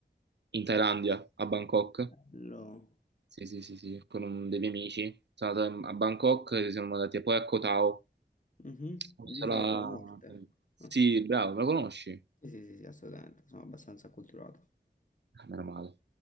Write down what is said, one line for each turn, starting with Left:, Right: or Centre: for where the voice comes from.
Right: in Thailandia, a Bangkok.
Left: Bello.
Right: Sì, sì, sì, sì, con un- dei miei amici. Sono andato in- a Bangkok, e siamo andati poi a Koh Tao.
Left: Mhm.
Right: L'isola-
Left: L'isola della morte.
Right: Sì,
Left: Ah.
Right: bravo, me lo conosci?
Left: Sì, sì, sì, sì, assolutamente, sono abbastanza acculturato.
Right: Ah, meno male.